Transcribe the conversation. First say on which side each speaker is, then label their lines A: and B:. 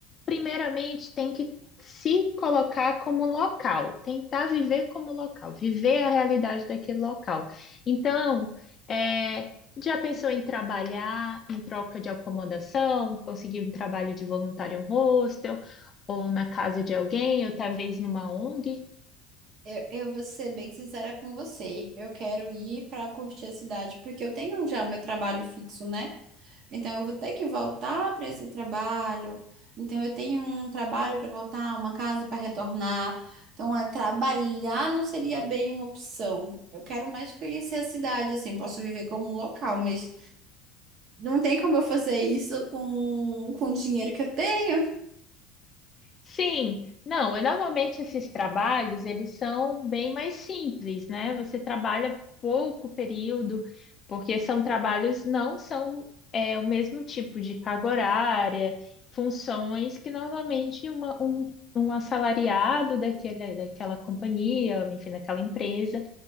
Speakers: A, on the left (about 30°); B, on the right (about 50°).
A: primeiramente tem que se colocar como local, tentar viver como local, viver a realidade daquele local. Então, é, já pensou em trabalhar em troca de acomodação, conseguir um trabalho de voluntário em um hostel, ou na casa de alguém, ou talvez numa ONG?
B: Eu, eu vou ser bem sincera com você. Eu quero ir para curtir a cidade, porque eu tenho já o meu trabalho fixo, né? Então eu vou ter que voltar para esse trabalho. Então eu tenho um trabalho para voltar, uma casa para retornar. Então é trabalhar não seria bem uma opção. Eu quero mais conhecer a cidade, assim, posso viver como um local, mas não tem como eu fazer isso com, com o dinheiro que eu tenho.
A: Sim, não, é, normalmente esses trabalhos, eles são bem mais simples, né? Você trabalha pouco período, porque são trabalhos, não são é, o mesmo tipo de carga horária, funções que normalmente uma, um, um assalariado daquele, daquela companhia, enfim, daquela empresa,